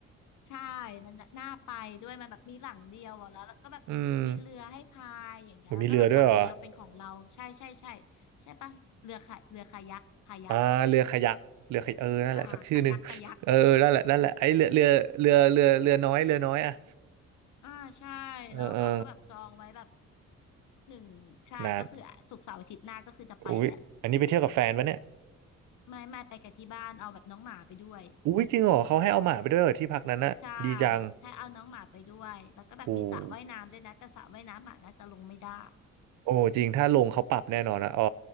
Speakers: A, on the left; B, on the right.
A: ใช่มันน่ะน่าไปด้วยมันแบบมีหลังเดียวอะแล้วแล้วก็แบบมีเรือให้พายอย่างเงี้ยแล้วก็แบบหลังเดียวเป็นของเราใช่ใช่ใช่
B: อืมผมมีเรือด้วยเหรอ
A: ใช่ปะเรือคาเรือคายักพายัก
B: อ่าเรือคายักเรือคายักเออ นั่นแหละสักชื่อหนึ่ง
A: อ่าคายักคายัก
B: <laughs> เออ นั่นแหละนั่นแหละไอ้เรือเรือเรือเรือเรือน้อยเรือน้อยอ่ะ
A: อ่าใช่แล้วอ้อก็แบบจองไว้แบบ
B: เออเออ
A: หนึ่งใช่ก็คือศุกร์เสาร์อาทิตย์หน้าก็คือจะไปแล้ว
B: นานอุ้ยอันนี้ไปเที่ยวกับแฟนปะเนี่ย
A: ไม่ไม่ไปกับที่บ้านเอาแบบน้องหมาไปด้วย
B: อุ้ยจริงเหรอ เขาให้เอาหมาไปด้วยเหรอที่พักนั้นน่ะดีจัง
A: ใช่ให้เอาน้องหมาไปด้วยแล้วก็แบบมีสระว่ายน้ำด้วยนะแต่สระว่ายน้ำหมาน่าจะลงไม่ได้
B: โหโอ้จริงถ้าลงเขาปรับแน่นอนนะอ๋อ